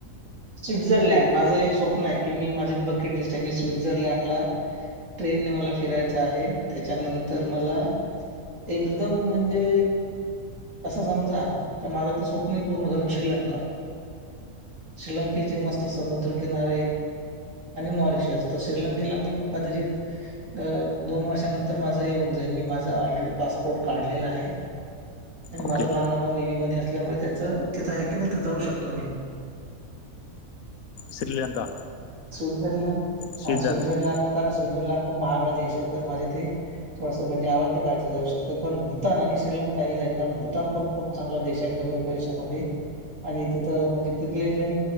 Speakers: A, on the right; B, on the left.
A: स्वित्झरलँड माझं एक स्वप् आहे की मी माझे बकेट लिस्ट आहे मी स्वित्झरलँड ला ट्रेन ने मला फिरायच आहे त्याच्यानंतर मला एकदम म्हणजे असं समजा तर माझं ते स्वप्न म पूर्ण करून शिडलं म का श्रीलंकेचे मस्त समुद्रकिनारे आणि मॉरिशस तर श्रीलंकेला मी कदाचित अ दोन वर्षानंतर माझं येऊन जाईल मी माझा ऑलरेडी पासपोर्ट काढलेला आहे आणि
B: ओके
A: माझा लहान भाउ नेवी मध्ये असल्यामुळे त्याच तिथं आहे की नाही तिथं जाऊ शकतो मी
B: श्रीलंका
A: स्वित्झरलँड
B: स्वित्झर्लंड
A: हा स्वित्झरलँडला कारण स्वित्झरलंँड खूप महागडा देश आहे तर माझे ते थोडसं म्हणजे आवाक्या बाहेरच जाऊ शकते पण भूतान आणि श्रीलंकाही जाईन कारण भूतान पण खूप चांगला देश आहे कमी पैशामध्ये आणि तिथं म्हणजे, तिथले जे